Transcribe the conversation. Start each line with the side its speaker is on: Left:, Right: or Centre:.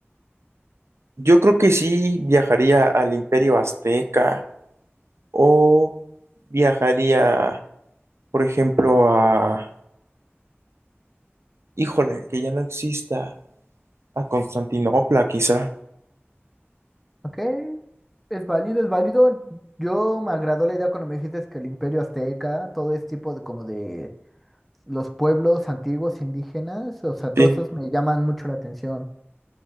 Right: Yo creo que sí viajaría al Imperio Azteca o viajaría, por ejemplo, a... Híjole, que ya no exista, a Constantinopla quizá.
Centre: Ok, es válido, es válido. Yo me agradó la idea cuando me dijiste que el Imperio Azteca, todo este tipo de como de los pueblos antiguos indígenas, o sea, todos
Right: Sí.
Centre: esos me llaman mucho la atención.